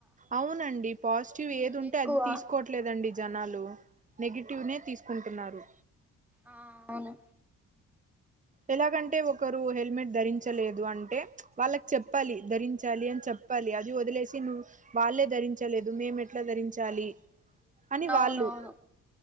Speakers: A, on the right; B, in the centre.
A: అవునండి పాజిటివ్
B: మ్మ్
A: ఏది ఉంటే
B: ఎక్కువ
A: అది తీసుకోవట్లేదండి జనాలు నెగిటివ్నే తీసుకుంటున్నారు
B: ఆ అవును
A: ఎలాగంటే ంట ఒకరు హెల్మెట్ ధరించ చాలేదు అంటే వాళ్ళకి చెప్పాలి ధరించాలి అని చెప్పాలి అది వదిలేసి నువ్వు వాళ్ళే ధరించలేదు మేము ఎట్లా ధరించాలి అని
B: అవునవును
A: వాళ్ళు